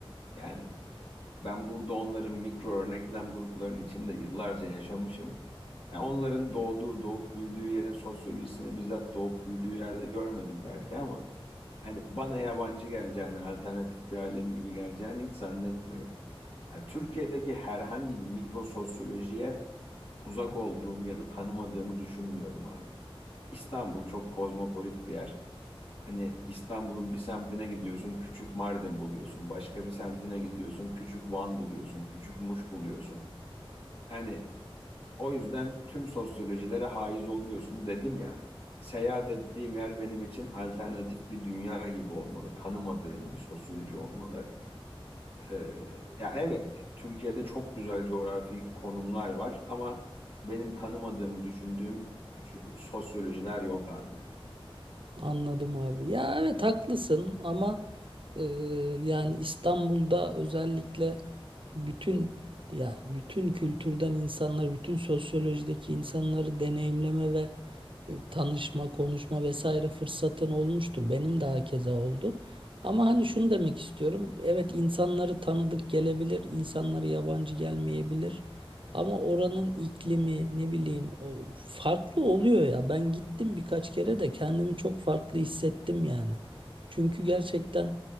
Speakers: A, on the left; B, on the right.
A: Yani ben burada onların mikro örneklem gruplarının içinde yıllarca yaşamışım. Yani onların doğduğu, doğup büyüdüğü yerin sosyolojisini bizzat doğup büyüdüğü yerde görmedim belki ama hani bana yabancı geleceğini, alternatif bir alem gibi geleceğini hiç zannetmiyorum. Yani Türkiye'deki herhangi bir mikrososyolojiye uzak olduğumu ya da tanımadığımı düşünmüyorum abi. İstanbul çok kozmopolit bir yer. Hani İstanbul'un bir semtine gidiyorsun, küçük Mardin buluyorsun. Başka bir semtine gidiyorsun, küçük Van buluyorsun, küçük Muş buluyorsun. Hani o yüzden tüm sosyolojilere haiz oluyorsun dedim ya. Seyahat ettiğim yer benim için alternatif bir dünya gibi olmalı. Tanımadığım bir sosyoloji olmalı ee, ya evet, Türkiye'de çok güzel coğrafi konumlar var ama benim tanımadığımı düşündüğüm co- sosyolojiler yok abi.
B: Anladım abi. Ya evet haklısın ama e, yani İstanbul'da özellikle bütün ya bütün kültürden insanlar, bütün sosyolojideki insanları deneyimleme ve e, tanışma, konuşma vesaire fırsatın olmuştur. Benim de hakeza oldu. Ama hani şunu demek istiyorum. Evet insanları tanıdık gelebilir, insanları yabancı gelmeyebilir. Ama oranın iklimi ne bileyim o farklı oluyor ya. Ben gittim birkaç kere de kendimi çok farklı hissettim yani. Çünkü gerçekten